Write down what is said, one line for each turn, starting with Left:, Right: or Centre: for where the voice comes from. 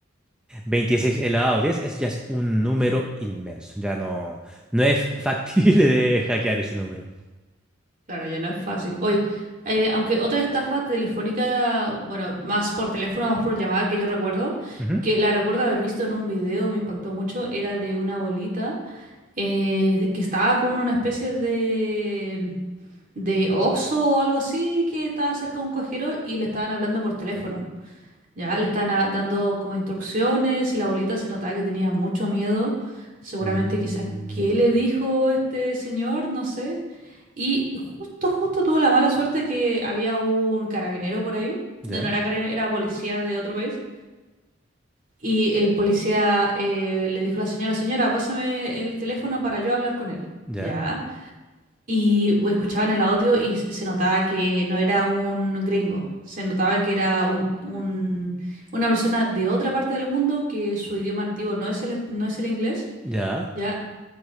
Centre: 26 elevado a 10 eso ya es un número inmenso. Ya no, no es factible de hackear ese número.
Right: Claro, ya no es fácil. Oye, eh, aunque otra estafa telefónica, bueno, más por teléfono, más por llamada que yo recuerdo,
Centre: Ujú.
Right: que la recuerdo haber visto en un video, me impactó mucho, era de una abuelita eh, que estaba con una especie de, de Oxxo o algo así, que estaba cerca de un cajero y le estaban hablando por teléfono. Ya le están a- dando como instrucciones y la abuelita se notaba que tenía mucho miedo. Seguramente
Centre: Mm,
Right: quizás qué le dijo este señor, no sé. Y justo, justo tuvo la mala suerte que había un carabinero por ahí.
Centre: ya,
Right: No, no era carabinero, era policía de otro país. Y el policía eh, le dijo a la señora, señora, pásame el teléfono para yo hablar con él.
Centre: ya,
Right: Ya. Y escuchaban el audio y s- se notaba que no era un gringo, se notaba que era un, un- una persona de otra parte del mundo que su idioma nativo no es el, no es el inglés,
Centre: ya.
Right: ¿ya?